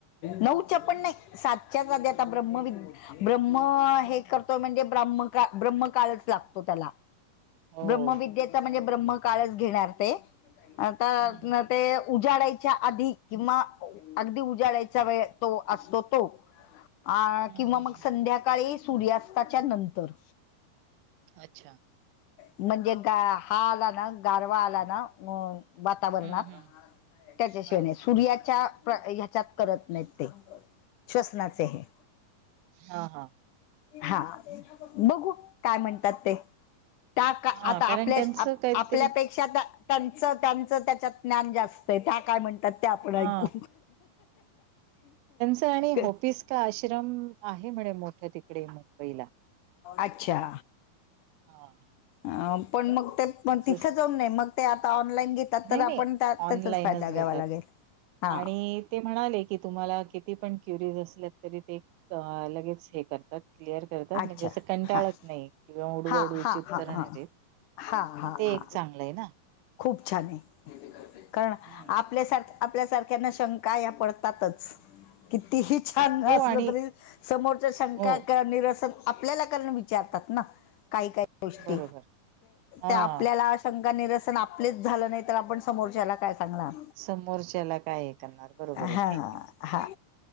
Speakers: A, on the left; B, on the right.
A: नऊच्या
B: हम्म.
A: पण नाही सातच्या आधी आता ब्रह्मवि, ब्रह्म हे कर तो म्हणजे ब्राह्म काळ- ब्राह्म काळच लागतो त्याला,
B: हो.
A: ब्रह्मविदेचा म्हणे ब्रह्म काळच घेणार ते, आता
B: हम्म हम्म
A: मग ते
B: हम्म
A: उजाडाच्या आधी किंवा, अगदी उजाडायचा वेळ तो असतो तो. अ
B: हम्म
A: - किंवा
B: हम्म
A: मग
B: हम्म
A: संध्याकाळी सूर्यास्ताच्या नंतर.
B: अच्छा!
A: म्हणजे गा हा आला ना गारवा आला ना मग वातावरणात,
B: हम्म हम्म
A: त्याच्याशिवाय
B: हा
A: नाही
B: हा.
A: सूर्याच्या ह्या त्यात करत नाही ते, श्वसनाचे हे.
B: हा हा.
A: हा बघू काय म्हणतात ते. त्या टाक
B: हा
A: आता
B: कारण
A: आपल्या
B: त्यांचं
A: आप
B: काहीतरी
A: आपल्यापैकी त्यांच्यात त्यांच त्यांच त्यांच्यात ज्ञान जास्त त्या काय म्हण त्यात ते आपण
B: हा
A: ऐकू.
B: ते आणि
A: क-
B: होतीस का आश्रम आहे म्हणे. मोठं तिकडे मुंबईला.
A: अच्छा!
B: हा.
A: अ पण मग ते प
B: जस
A: तिथ जाऊन नाही मग ते आता ऑनलाईन घेत.
B: नाही
A: तर
B: नाही
A: आपण त्या त्याचाच
B: ऑनलाईनच
A: फायदा
B: घेतात
A: घ्यावा लागेल हा.
B: आणि ते म्हणाले की तुम्हाला किती पण क्युरिस असल्या तरी ते. लगेच हे करतात क्लिअर तात म्हणजे
A: अच्छा
B: असं कंटाळत
A: हा
B: नाही किंवा उडबाडूची
A: हा हा
B: उत्तरण
A: हा हा
B: देत.
A: हा
B: मग
A: हा
B: ते
A: हा
B: एक चांगलं आहे ना.
A: खूप छान आहे कारण
B: हं.
A: आपल्यासारख. आपल्यासारख्याना शंका या पडतातच. कितीही छान
B: हो
A: असलं
B: आणि
A: तरी समोरच्या शंका
B: हो,
A: निर आप विचतात काही काही गोष्ट
B: बरोबर. हां.
A: आपल्या. शंका निरसन आपलेच झालं नाही तर आपण समोरच्याला काय सांगणार.
B: समोरच्याला काय हे करणार बरोबर
A: हां
B: आहे
A: हां